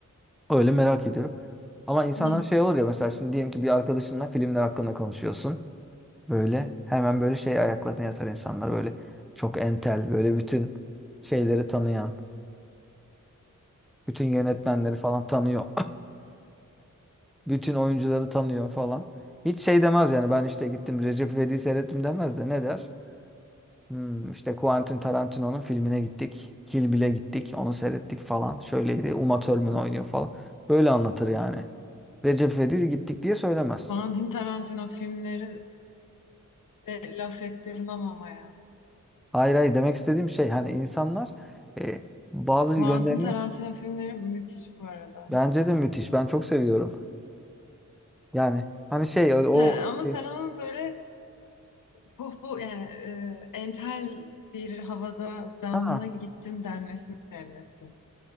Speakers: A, in the centre; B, on the left.
A: Öyle merak ediyorum. Ama insanlar
B: Ha.
A: şey olur ya mesela şimdi diyelim ki bir arkadaşınla filmler hakkında konuşuyorsun. Böyle hemen böyle şey ayaklarına yatar insanlar. Böyle çok entel böyle bütün şeyleri tanıyan. Bütün yönetmenleri falan tanıyor Bütün oyuncuları tanıyor falan. Hiç şey demez yani ben işte gittim Recep İvedik'i seyrettim demez de ne der? Hmm, işte Quentin Tarantino'nun filmine gittik. Kill Bill'e gittik. Onu seyrettik falan. Şöyleydi. Uma Thurman oynuyor falan. Böyle anlatır yani. Recep İvedik'e gittik diye söylemez.
B: Quentin Tarantino filmleri de laf ettirmem ama ya.
A: Hayır hayır demek istediğim şey hani insanlar e, bazı
B: Quentin
A: yönlerini
B: Tarantino filmleri müthiş bu arada.
A: bence de müthiş. Ben çok seviyorum. Yani hani şey o, o
B: He, ama
A: şey,
B: sen onun böyle Puh bu yani e, entel bir havada ben
A: ha
B: buna gittim denmesini sevmiyorsun